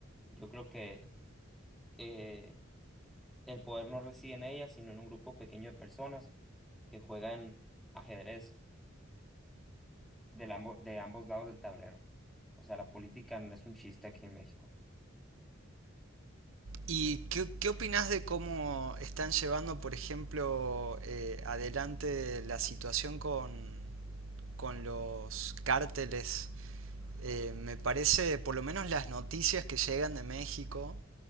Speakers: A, in the centre; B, on the right.
A: yo creo que eh, el poder no reside en ella, sino en un grupo pequeño de personas que juegan ajedrez del ambo- de ambos lados del tablero. O sea, la política no es un chiste aquí en México.
B: ¿Y qué, qué opinás de cómo están llevando, por ejemplo, eh, adelante la situación con, con los cárteles? Eh, me parece, por lo menos las noticias que llegan de México,